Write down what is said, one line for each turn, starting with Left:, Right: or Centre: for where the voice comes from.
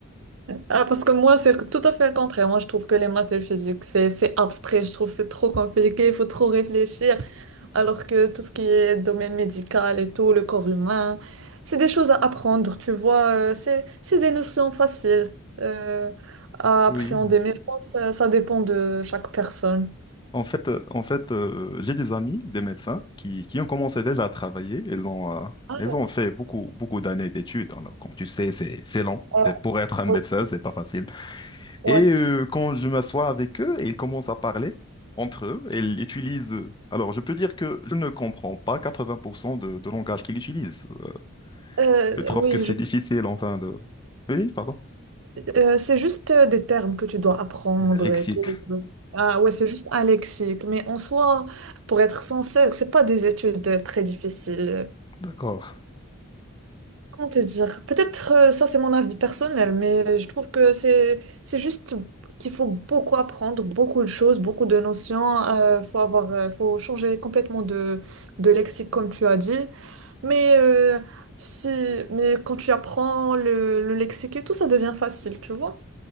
Right: ah, parce que moi, c'est tout à fait le contraire. Moi, je trouve que les maths et le physique, c'est, c'est abstrait. Je trouve que c'est trop compliqué. Il faut trop réfléchir. Alors que tout ce qui est domaine médical et tout, le corps humain, c'est des choses à apprendre, tu vois, euh, c'est, c'est des notions faciles euh, à
Left: <laughs>
Right: appréhender,
Left: oui.
Right: mais je pense que ça dépend de chaque personne.
Left: En fait, euh, en fait, euh, j'ai des amis, des médecins, qui, qui ont commencé déjà à travailler. Ils ont, euh,
Right: Ah,
Left: ils ont fait beaucoup, beaucoup d'années d'études. Alors, comme tu sais, c'est, c'est long.
Right: euh,
Left: Et Pour être un médecin,
Right: ouais,
Left: c'est pas facile.
Right: ouais.
Left: Et euh, quand je m'assois avec eux, ils commencent à parler entre eux. Ils utilisent. euh, Alors, je peux dire que je ne comprends pas 80% de, de langage qu'ils utilisent. Euh,
Right: Euh,
Left: Je trouve
Right: oui,
Left: que c'est
Right: je-
Left: difficile, enfin, de. Oui, pardon.
Right: euh, c'est juste euh, des termes que tu dois apprendre
Left: Le lexique.
Right: et tout. Ah ouais, c'est juste un lexique, mais en soi, pour être sincère, c'est pas des études euh, très difficiles.
Left: D'accord,
Right: Comment te dire? Peut-être euh, ça c'est mon avis personnel, mais je trouve que c'est c'est juste qu'il faut beaucoup apprendre, beaucoup de choses, beaucoup de notions. euh, faut avoir, euh, faut changer complètement de, de lexique comme tu as dit. Mais euh, si, mais quand tu apprends le, le lexique et tout, ça devient facile, tu vois?